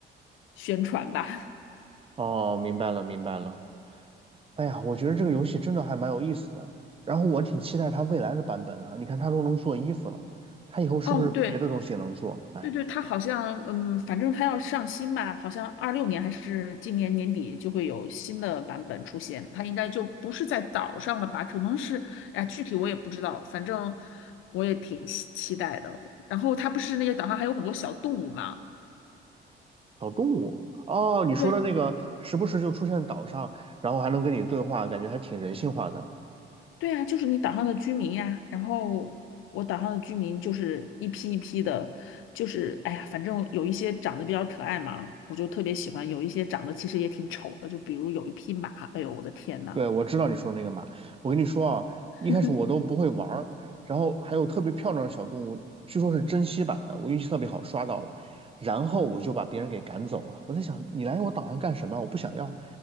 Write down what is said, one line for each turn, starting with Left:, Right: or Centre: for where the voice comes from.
Left: 宣传吧。<laughs>
Right: 哦，明白了，明白了。哎呀，我觉得这个游戏真的还蛮有意思的，然后我挺期待它未来的版本啊，你看，它都能做衣服了，它以后是不是别的东西也能做？
Left: 哦，对，
Right: 哎，
Left: 对对，他好像，嗯，反正他要上新吧，好像二六年还是今年年底就会有新的版本出现。他应该就不是在岛上了吧？可能是，哎，具体我也不知道，反正我也挺期期待的。然后他不是那个岛上还有很多小动物嘛？
Right: 小动物哦，你说的那个时不时就出现岛上，
Left: 对
Right: 然后还能跟你对话，感觉还挺人性化的。
Left: 对啊，就是你岛上的居民呀。然后我岛上的居民就是一批一批的，就是哎呀，反正有一些长得比较可爱嘛，我就特别喜欢；有一些长得其实也挺丑的，就比如有一匹马，哎呦我的天呐！
Right: 对，我知道你说那个马。我跟你说啊，一开始我都不会玩儿，
Left: <laughs>
Right: 然后还有特别漂亮的小动物，据说是珍稀版的，我运气特别好刷到了，然后我就把别人给赶走了。我在想，你来我岛上干什么？我不想要。